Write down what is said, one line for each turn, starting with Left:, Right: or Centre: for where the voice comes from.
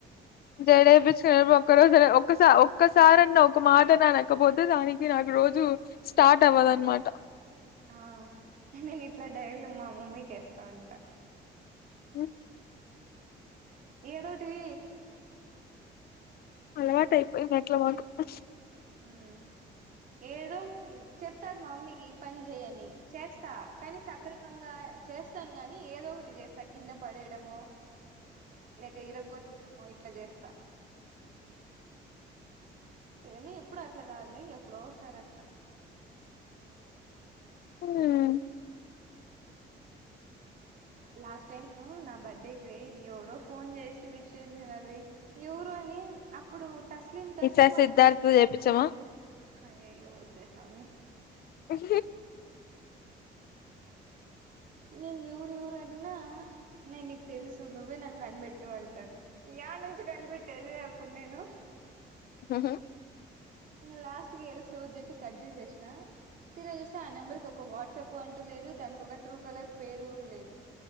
Left: జెడ ఎపిచ్చుకుని ఎల్లిపో ఒక రోజు ఒక్కసారన్న ఒక మాట అనకపోతే దానికి నాకు రోజు స్టార్ట్ అవ్వదు అన్నమాట
Right: ఆ నేను ఇట్లా డైర్లు మా మమ్మీకిస్తా ఉంటా
Left: హ్హ్
Right: ఏడుంటివి
Left: అలవాటయిపోయి అట్లా పట్టుకున్న
Right: మ్మ్ హ్ ఏదో చెప్తాది మమ్మీ ఈ పని చేయని చేస్తా కానీ సక్రమంగా చేస్తాను గానీ ఏదో ఒకటి చేస్తా కింద పడేయడమో లేక ఇరగగొట్టడమో ఇట్లా చేస్తా నులే ఎప్పుడు అట్లా కాదులే ఎప్పుడో ఒకసారి అట్లా
Left: హు మ్మ్
Right: లాస్ట్ టైం నా బర్డేకి ఎవరో ఫోన్ చేసి విష్ చేసి నవ్వి ఎవరో అని అప్పుడు తస్లిం తస్లి
Left: ఈసారి
Right: అని
Left: సిద్ధార్థ చేపిచ్చమా
Right: అయ్యయ్యో వద్దు స్వామి
Left: పర
Right: నేను ఎవరు ఎవరు అడిగినా నేను నీకు తెలుసు నువ్వే నాన్ కనిపెట్టు అంటారు యానుంచి కనిపెట్టేది ఇప్పుడు నేను
Left: హ్హ్ హు
Right: లాస్ట్ కి ఎదో సోది చెప్పి కట్ చేేసిన తిర చూస్తే ఆ నెంబర్కి ఒక వాట్సాప్ అంటూ లేదు దానికి ఒక ట్రూ కలర్ పేరు లేదు